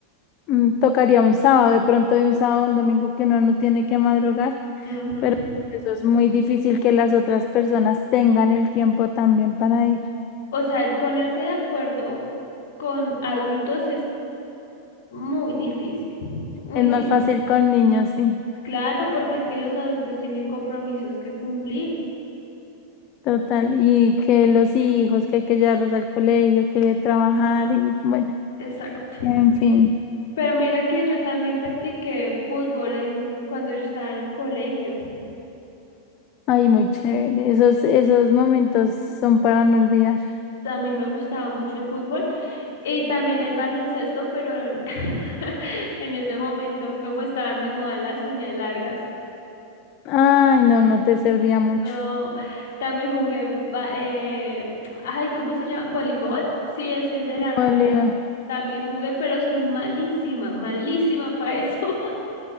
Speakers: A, on the left; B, on the left.
A: mm, tocaría un sábado, de pronto de un sábado a un domingo que uno no tiene que madrugar,
B: Ujú.
A: pero pues, eso es muy difícil que las otras personas tengan el tiempo también para ir.
B: O sea, el ponerse de acuerdo con adultos es muy difícil. Uy,
A: Es más fácil con niños, sí,
B: claro, porque es que los adultos tienen compromisos que cumplir.
A: total, y que los hijos, que hay que llevarlos al colegio, que trabajar y bueno,
B: Exacto.
A: en fin.
B: Pero mira que yo también practiqué fútbol en, cuando yo estaba en el colegio.
A: Ay, muy chévere. Esos, esos momentos son para no olvidar.
B: A mí me gustaba mucho el fútbol y también el baloncesto, pero en <laughs> en ese momento, como estaban de moda las uñas largas,
A: Ay, no, no te servía mucho.
B: no, también jugué, ba- eh, ay, ¿cómo se llama? ¿Voleibol? Sí, es el de la, la-
A: Bolívar.
B: también jugué, pero soy malísima, malísima para eso, <laughs>